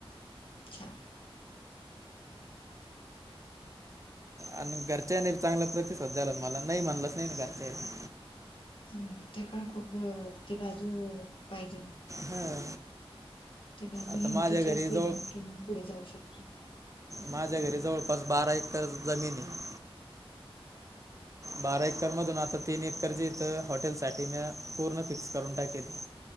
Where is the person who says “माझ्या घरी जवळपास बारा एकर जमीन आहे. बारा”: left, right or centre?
Right